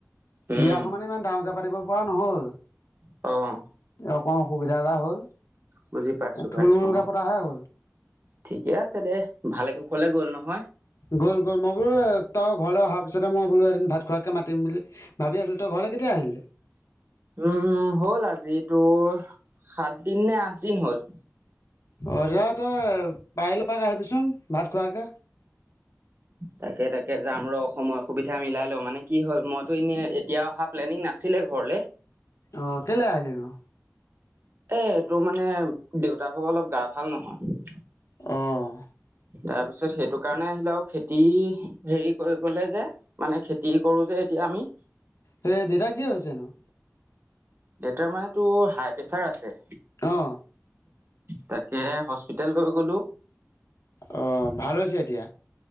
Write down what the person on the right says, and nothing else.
উম
অ',
বুজি পাইছো
পাইছো অ
ঠিকে আছে দে ভালে কুশলে গ'ল নহয়?
উম, হ'ল আজি তোৰ সাত দিন নে, আঠ দিন হ'ল।
তাকে, তাকে যাম ৰ' সময় সুবিধা মিলাই লওঁ, মানে কি হ'ল মইতো এনে এতিয়া অহা প্লেনিং নাছিলে ঘৰলৈ।
এ তোৰ মানে দেউতা ভাগৰ অলপ গা ভাল নহয়।
তাৰ পিছত সেইটো কাৰণে, আহিলো আৰু খেতি হেৰি কৰিবলৈ যে। মানে খেতি কৰো যে এতিয়া আমি।
দেউতাৰ মানে টোৰ হাই প্ৰেচাৰ আছে।
তাকে হস্পিতেল লৈ গলোঁ।